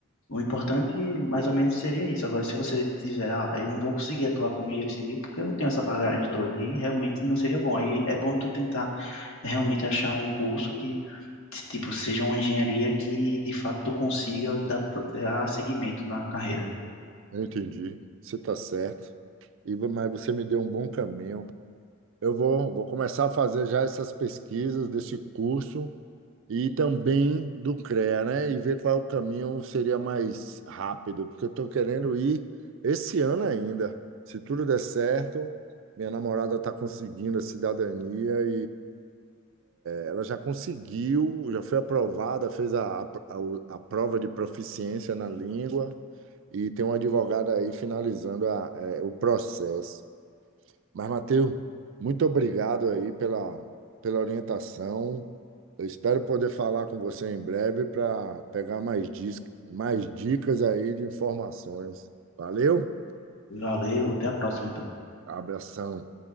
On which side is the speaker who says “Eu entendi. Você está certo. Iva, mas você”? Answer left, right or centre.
Right